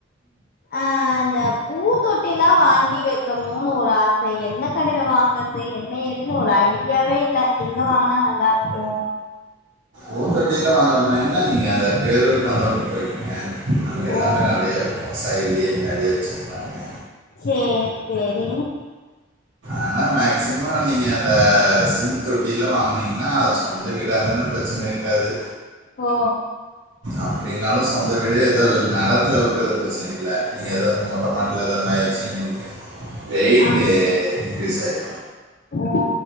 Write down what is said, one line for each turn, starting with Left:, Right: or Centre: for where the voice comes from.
Left: ஆ இந்த பூ தொட்டில்லா வாங்கி வெக்கணுனு ஒரு ஆச எந்த கடையில வாங்கற்து என்ன ஏதுன்னு ஒரு ஐடியாவே இல்ல எங்க வாங்குனா நல்லா இருக்கு
Right: பூ தொட்டி எல்லா வாங்காமா என்ன நீங்க அந்த பேரூருக்கு அந்த ஊர்க்கு போய்ர்க்கீங்க அங்க எல்லாமே
Left: ஓ
Right: நறையா இருக்கு சைட்லயே நறைய வெச்சுருப்பாங்க
Left: சே சேரி
Right: ஆனா மேக்ஸிமம் நீங்க அந்த சிமென்ட் தொட்டியெல்லா வாங்குனீங்னா அது சொந்த வீடார்ந்தா ப்ரச்சன இருக்காது
Left: ஓ
Right: அப்படின்னாலும் சொந்த வீடே ஏதாவ் நெலத்துல வெக்கறது ப்ரச்சன இல்ல நீங்க ஏதாவ் மொட்ட மாட்ல எதா <unintelligible> வெய்ட்டு
Left: ஆ
Right: சேரி
Left: ஓ